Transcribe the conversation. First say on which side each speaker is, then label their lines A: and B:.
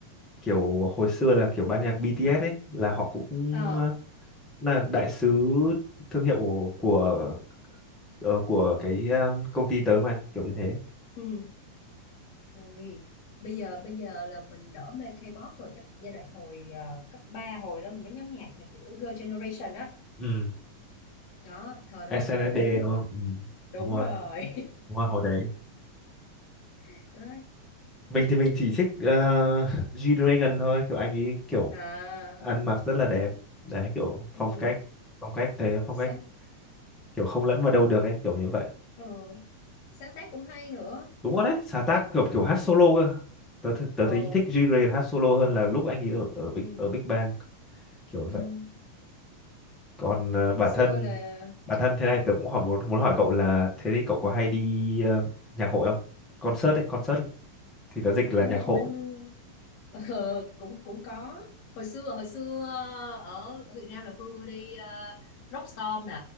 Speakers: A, in the centre; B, on the left.
A: kiểu hồi xưa là kiểu ban nhạc BTS ấy là họ cũng
B: Ờ.
A: ờ, là đại sứ thương hiệu của ờ, của cái um, công ty tớ mà kiểu như thế
B: Ừ. Ui, bây giờ bây giờ là mình đỡ mê K-pop rồi chắc giai đoạn hồi ờ, cấp 3 hồi đó mình mới nhắm nhạc mà kiểu Girl Generation á
A: ừ.
B: đó. thời đó
A: SNSD
B: là mê nhất
A: đúng không ừ.
B: đúng
A: đúng rồi
B: rồi
A: đúng rồi hồi đấy
B: <laughs> đó
A: mình thì mình chỉ thích uh, G-Dragon thôi kiểu anh ấy kiểu
B: à
A: ăn mặc rất là đẹp đấy kiểu phong
B: ừ.
A: cách phong cách thế phong
B: sáng
A: cách kiểu không lẫn vào đâu được ấy kiểu như vậy
B: ừ. sáng tác cũng hay nữa
A: đúng rồi đấy sáng tác kiểu kiểu hát solo cơ tớ th- tớ
B: ờ
A: thấy thích G-Dragon hát solo hơn là lúc anh ấy ở ở
B: ừ.
A: Big ở Big Bang kiểu
B: Ừ.
A: vậy còn ờ, bản
B: hồi xưa
A: thân
B: là
A: bản thân thế này tớ cũng hỏi muốn muốn hỏi cậu là thế thì cậu có hay đi ờ, nhạc hội không concert ấy concert thì tớ dịch là
B: bên
A: nhạc
B: này
A: hội
B: bên Ờ, <laughs> cũng cũng có hồi xưa hồi xưa ờ, ở ở Việt Nam là Phương ưa đi ờ, Rockstorm nè